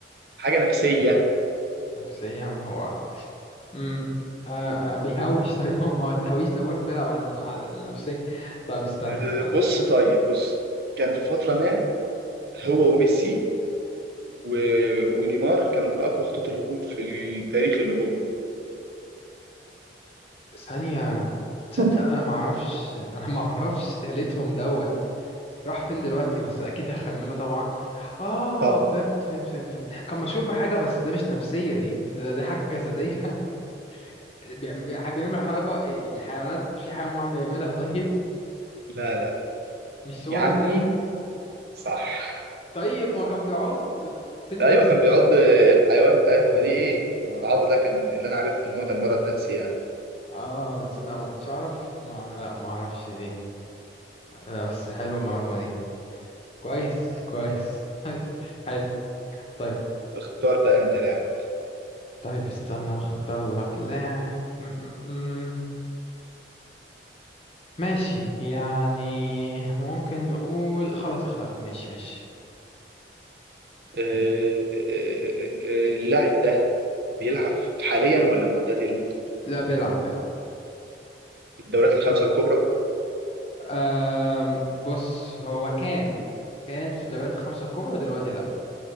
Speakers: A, on the right; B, on the left.
A: حاجه نفسيه
B: نفسيه ما هو امم آه آه، بيهوش <laughs> طيب ما هو التهويش ده برضه بيلعب على على النفسية طيب استنى
A: أه،
B: استنى
A: بص طيب بص كان في فتره ما هو وميسي و... ونيمار كانوا من اقوى خطوط الهجوم في تاريخ الهجوم
B: ثانية تصدق
A: <laughs>
B: انا ما اعرفش <laughs> انا ما اعرفش تالتهم دوت راح فين دلوقتي بس اكيد هخمنه طبعا اه
A: طب
B: فهمت فهمت فهمت فهمت كان مشهور بحاجة بس ده مش نفسية دي ده, ده حاجة جسدية <laughs> بيعم- بيع- بيعمل حركة ال- الحيوانات في حيوان معين بيعملها <laughs> طيب
A: لا لا
B: مش سوارز
A: يا عمي
B: يعني
A: صح
B: طيب ما
A: صح
B: كان بيقعد فين
A: ايوه
B: النفسية
A: كان بيعض الحيوان أيوة طب ما دي ايه؟ هو العض ده كان اللي انا عارفه ان هو كان مرض نفسي يعني
B: اه تصدق ما كنتش اعرف ما لا ما اعرفش دي لا بس حلوة المعلومة دي كويس كويس <laughs> طيب حلو طيب
A: اختار بقى انت لاعب
B: طيب استنى اختار لك لاعب م- م- م. ماشي يعني ممكن نقول خلاص اخترت ماشي ماشي
A: آه، آه، آه، آه، آه، اللاعب ده بيلعب حاليا ولا معتزل
B: لا بيلعب بيلعب
A: في الدوريات الخمسة الكبرى
B: أم بص هو كان كان في الدوريات الخمسة الكبرى دلوقتي لا